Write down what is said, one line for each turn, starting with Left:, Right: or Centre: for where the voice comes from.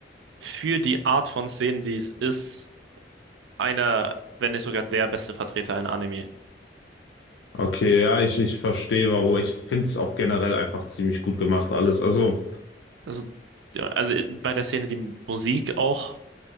Right: für die Art von Szenen, die es ist, einer, wenn nicht sogar der beste Vertreter in Anime.
Left: Okay, ja, ich, ich verstehe warum. Ich finde es auch generell einfach ziemlich gut gemacht, alles. Also,
Right: Also, ja, also bei der Szene die Musik auch,